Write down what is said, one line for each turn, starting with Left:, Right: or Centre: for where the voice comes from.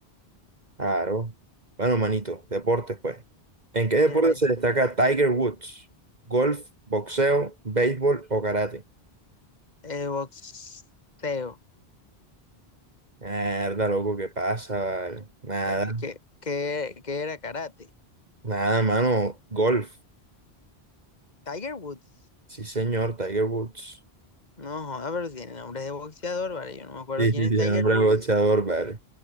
Right: Claro. Bueno, manito, deportes, pues. ¿En qué deporte
Left: Mierda.
Right: se destaca Tiger Woods? ¿Golf, boxeo, béisbol o karate?
Left: Eh, boxeo.
Right: Mierda, loco, ¿qué pasa? vale? Nada,
Left: Eh, que, que, que era karate.
Right: nada, mano. Golf.
Left: Tiger Woods.
Right: Sí, señor, Tiger Woods.
Left: No, joda, pero tiene nombre de boxeador, ¿vale? Yo no me acuerdo
Right: Sí,
Left: quién
Right: sí,
Left: es
Right: sí,
Left: Tiger
Right: el hombre
Left: Woods.
Right: boxeador, vale.